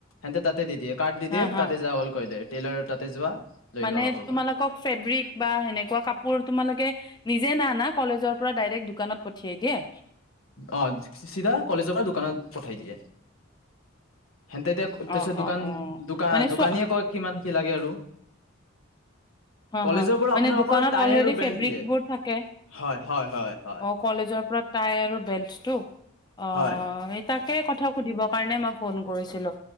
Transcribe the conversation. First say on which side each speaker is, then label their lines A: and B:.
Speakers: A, on the left; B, on the left.
A: হেনতে তাতে দি দিয়ে কাৰ্ড দি
B: হা
A: দিয়
B: হা
A: তাতে যা বুলি কয় দাইৰেক টেইলাৰৰ তাতে যোৱা লৈ
B: মানে
A: লোৱা কাপোৰ
B: তোমালোকক
A: কয়
B: ফেব্ৰিক বা সেনেকুৱা কাপোৰ তোমালোকে নিজে নানা কলেজৰ পৰা ডাইৰেক্ট দোকানত পঠিয়াই দিয়ে
A: অ চিধা কলেজৰ পৰা দোকানত পঠাই দিয়ে হেনতে এতিয়া তাৰপিত
B: অ
A: দোকান
B: অ অ
A: দোকান
B: মানে চোৱা
A: দোকানীয়ে কয় কিমান কি লাগে কি আৰু
B: হ
A: কলেজৰ
B: -হ
A: পৰা
B: মানে
A: আপোনাৰ
B: দোকানত
A: অকল টাই
B: অলৰেডি
A: আৰু
B: ফেব্ৰিকবোৰ
A: বেল্ট দিয়ে
B: থাকে।
A: হয় হয় হয় হয়
B: অ', কলেজৰ পৰা তাই আৰু, বেলচ তো, - অ',
A: হয়
B: সেই তাকে কথা সুধিব কাৰণে মই ফোন, কৰিছিলোঁ।